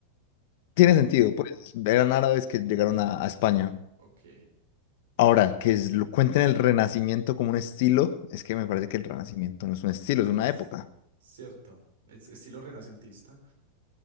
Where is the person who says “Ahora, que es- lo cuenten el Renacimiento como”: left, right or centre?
Left